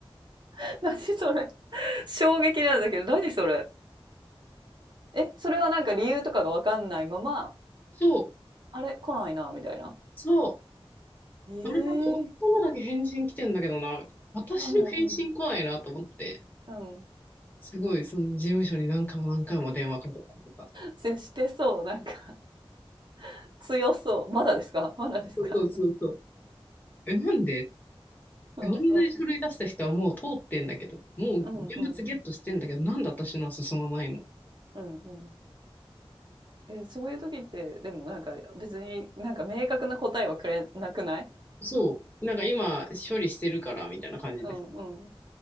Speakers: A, on the right; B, on the left.
A: <laughs> 何それ。衝撃なんだけど、何それ。え、それはなんか理由とかがわかんないまま、
B: そう、
A: あれ、来ないな、みたいな。
B: そう、
A: ええ
B: あれなんか夫のだけ返信来てんだけどな、私の返信来ないなと思って、
A: うんうん。うん。
B: すごいその事務所に何回も何回も電話かけたりとか。
A: 接してそう。なんか、<laughs> 強そう。まだですか <laughs> まだですか
B: そうそうそうそう。
A: <laughs>
B: え、なんで
A: うんうん。
B: 同じ書類出した人はもう通ってんだけど、もう現物ゲットしてんだけど、
A: うんうん。
B: なんで私のは進まないの
A: うんうん。え、そういう時って、でもなんか別になんか明確な答えはくれなくない
B: そう。なんか今、処理してるから、みたいな感じですね。
A: <laughs> うんうん。